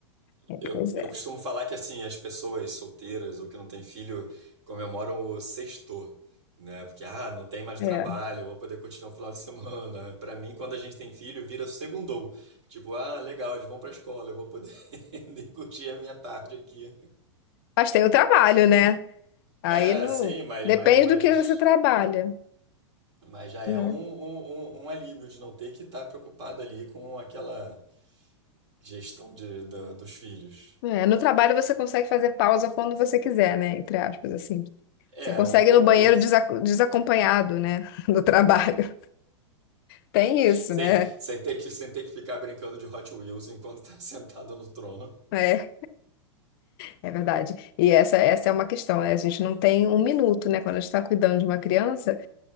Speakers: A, on the left; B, on the right.
A: É,
B: Eu,
A: pois é,
B: eu costumo falar que assim, as pessoas solteiras ou que não têm filho comemoram o sexto, né? Porque ah, não tem mais
A: é.
B: trabalho, vou poder continuar o final de semana. <laughs> Pra mim, quando a gente tem filho, vira segundou. Tipo, ah, legal, eles vão pra escola, eu vou poder <laughs> curtir a minha tarde aqui.
A: Mas tem o trabalho, né? Aí
B: É,
A: no
B: sim, mas
A: Depende
B: mas mas
A: do que você trabalha,
B: mas já
A: né?
B: é um, um, um um alívio de não ter que estar preocupado ali com aquela gestão de, da- dos filhos.
A: É, no trabalho você consegue fazer pausa quando você quiser, né? Entre aspas, assim.
B: É,
A: Você consegue
B: um pouco
A: ir no banheiro
B: isso.
A: desa- desacompanhado, né? <laughs> Do trabalho. Tem isso,
B: Sem,
A: né?
B: sem, ter que, sem ter que ficar brincando de Hot Wheels enquanto tá <laughs> sentado no trono.
A: É, é verdade. E essa, essa é uma questão, né? A gente não tem um minuto, né? Quando a gente está cuidando de uma criança,